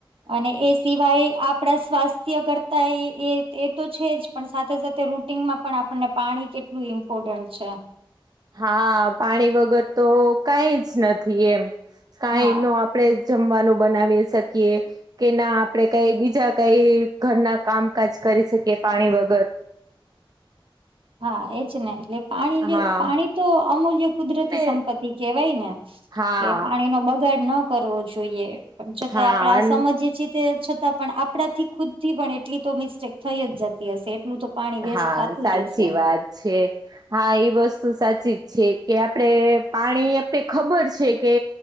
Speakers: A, on the right; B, on the right.
A: અને એ સિવાય આપ આપડા સ્વાસ્થ્ય કરતાંય એ એ એતો છે જ. પણ સાથે સાથે રૂટીનમાં પણ આપણને પાણી કેટ લું ઇમ્પોર્ટન્ટ છે.
B: હા પાણી વગર તો કાંઈ જ નથી એમ. કાંઈ
A: હા
B: નો આપ આપડે જમવાનું બનાવી શકીએ કે ના આપડે કાઈ બીજા કાઈ ઘરના કામકાજ કરી શકીએ પાણી વગર
A: હા એજ ને‌ એટલે પાણી
B: હા
A: પાણી તો અમૂલ્ય કુદરતી
B: ને
A: સંપત્તિ કેહેવાય ને
B: હા
A: કે પાણી નો બગાડ ન કરવો જોઈએ. પણ છતાં
B: હા
A: આપડે આ સમજીએ છીએ તે છતાં પણ આપણા થી ખુદ થી પણ એટલી તો મિસ્ટેક થઈ જ જતી હશે એટલું તો પાણી
B: હા
A: વેસ્ટ થાતું
B: સાચી
A: જ હશે.
B: વાત છે. હા એ વસ્તુ સાચી જ છે, કે આપડે પાણી આપણે ખબર છે કે